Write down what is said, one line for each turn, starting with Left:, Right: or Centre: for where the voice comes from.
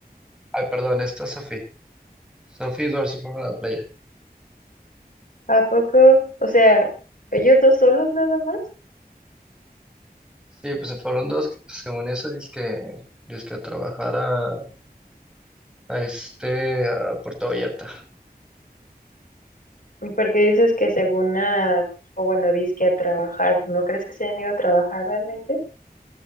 Centre: Ay, perdón, esta Sophie. Sophie y Eduardo se fueron a la playa.
Left: ¿A poco? O sea, ¿ellos dos solos nada más?
Centre: Sí, pues se fueron dos, que según eso, dice que, que a trabajar a, a este, a Puerto Vallarta.
Left: Porque dices que según a, o bueno, dizque a trabajar, ¿no crees que se hayan ido a trabajar realmente?